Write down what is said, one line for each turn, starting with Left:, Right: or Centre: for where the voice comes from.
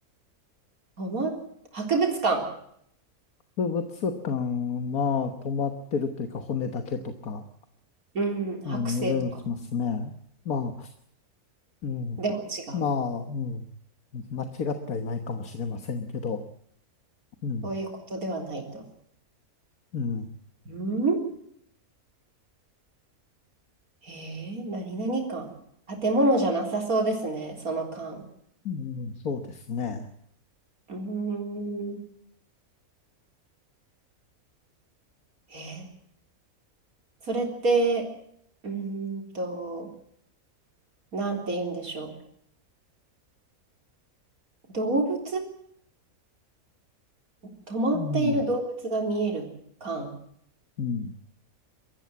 Right: とま、博物館。
Left: 博物館は止まってるというか骨だけとか、
Right: うん、剥製とか。
Left: うん、見れますね。まあ、うん、
Right: でも違う。
Left: まあ、うん、間違ってはいないかもしれませんけど、うん、
Right: そういうことではないと。
Left: うん、
Right: うんへえー、何々館。建物じゃなさそうですね、その館。
Left: うん、そうですね。
Right: うーん。えーそれって、うーんと、なんて言うんでしょう。動物止まっている動物が見える感。
Left: うん、うん、